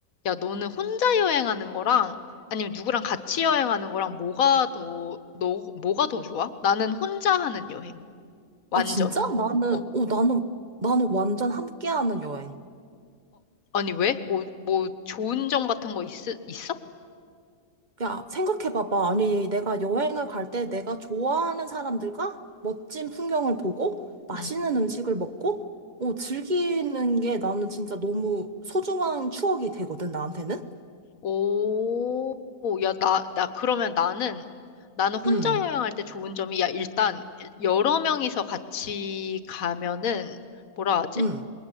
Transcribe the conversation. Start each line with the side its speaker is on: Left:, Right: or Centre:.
Left: 야, 너는 혼자 여행하는 거랑 아니면 누구랑 같이 여행하는 거랑 뭐가 더, 너, 뭐가 더 좋아? 나는 혼자 하는 여행. 완전.
Right: 아, 진짜? 나는,
Left: 어.
Right: 어, 나는, 나는 완전 함께하는 여행.
Left: 아니, 왜? 뭐, 뭐, 좋은 점 같은 거 있, 있어?
Right: 야, 생각해봐봐. 아니, 내가 여행을 갈 때 내가 좋아하는 사람들과 멋진 풍경을 보고 맛있는
Left: 응.
Right: 음식을 먹고, 어, 즐기는 게 나는 진짜 너무 소중한 추억이 되거든, 나한테는?
Left: 오, 야, 나, 나, 그러면 나는, 나는 혼자
Right: 응,
Left: 여행할 때 좋은 점이, 야, 일단, 여러 명이서 같이 가면은, 뭐라 하지?
Right: 응,